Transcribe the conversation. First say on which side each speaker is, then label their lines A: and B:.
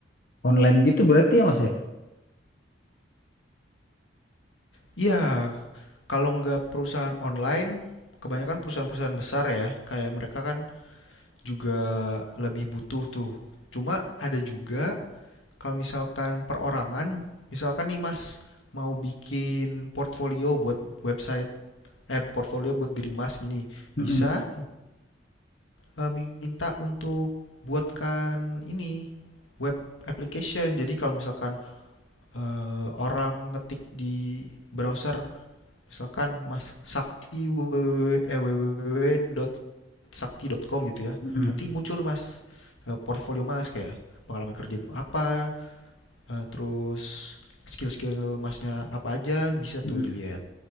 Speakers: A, on the left; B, on the left.
A: online gitu berarti ya mas ya?
B: Ya kalau nggak perusahaan online, kebanyakan perusahaan-perusahaan besar ya, kayak mereka kan juga lebih butuh tuh. Cuma ada juga Kalau misalkan perorangan, misalkan nih Mas mau bikin portfolio buat website, eh portfolio buat diri Mas gini, bisa
A: Mm-mm,
B: diminta uh, untuk buatkan ini web application. Jadi kalau misalkan eh, orang ngetik di browser, misalkan Mas Sakti www, eh, www.sakti.com gitu ya,
A: mm-mm,
B: nanti muncul tuh Mas eh, portfolio Mas kayak pengalaman kerja apa, Eh, terus skill-skill masnya apa aja bisa tuh
A: mm-mm.
B: dilihat.